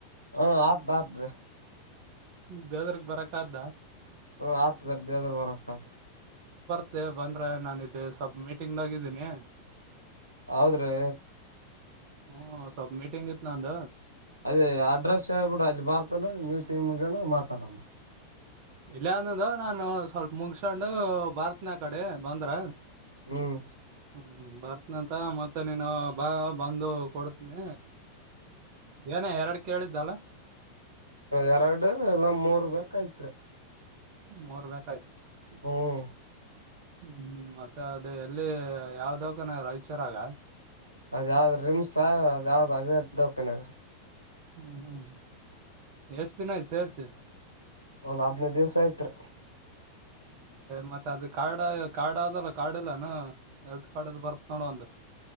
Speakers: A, on the right; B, on the right.
A: ಹ್ಮ ಆತ್ ಆತ್ರಿ
B: ದೇವದ್ರಗ್ ಬರಕ್ಕ್ದ.
A: ಹತದ ದಾದರ ಬರತ.
B: ಅ ಬಂದ್ರ ನಾನು ಇಲ್ಲಿ ಸ್ವಲ್ ಮೀಟಿಂಗ್ ದಾಗ್ ಇದೀನಿ.
A: ಹೌದ್ರೀ.
B: ಹ್ಮ ಸ್ವಲ್ಪ ಮೀಟಿಂಗ್ ಇತ್ತ ನಂದ.
A: ಅದೇ ಅಡ್ರೆಸ್ ಹೇಳ್ಬಿಡ್ರ ಅಲ್ಲಿ ಬರ್ತಾನ ಮೀಟಿಮ್ಗನ ಮಾತಾಡಮ್ಮ.
B: ಇಲ್ಲ ಅನ್ನದು ನಾನು ಸ್ವಲ್ಪ ಮುಗಸೊಂಡು ಬರ್ತನ ಆ ಕಡೆ ಬಂದ್ರ.
A: ಹ್ಮ್.
B: ಹ್ಮ್ ಬರ್ತ್ನಂತ ಮತ್ತೆ ನೀನು ಬಾ ಬಂದು ಕೊಡ್ತನಿ. ಏನ ಎರಡು ಕೇಳಿದ್ದಲ್ಲ.
A: ಎರಡು ಇಲ್ಲ ಮೂರ್ ಬೇಕಐತ್ರಿ.
B: ಮೂರ್ ಬ.
A: ಹ್ಮ್.
B: ಹ್ಮ್ ಹ್ಮ್ ಮತ್ತೆ ಅದೇ ಎಲ್ಲಿ ಯಾವ್ದಕನ ರಾಯಚೂರುದಾಗ.
A: ಅದ್ ಯಾವ್ದ್ ರಿಮ್ಸ್ ಅದ ಯಾವ್ದ್ ಅದೇ ದೌಕನ್್ರ.
B: ಹ್ಮ್ ಹ್ಮ್ ಎಷ್ಟ್ ದಿನ ಆಯ್ತು ಸೇರ್ಸಿ
A: ಒಂದ್ ಹದನೇ ದಿವ್ಸ ಆಯ್ತ್ರಿ.
B: ಮತ್ತೆ ಅದು ಕಾರ್ಡ ಕಾರ್ಡ ಆದಲ್ಲ. ಕಾರ್ಡ್ ಇಲ್ಲಾನ ಎಲ್ತ್ ಕಾರ್ಡ್ ಬರ್ತ್ ನೋಡ ಒಂದು.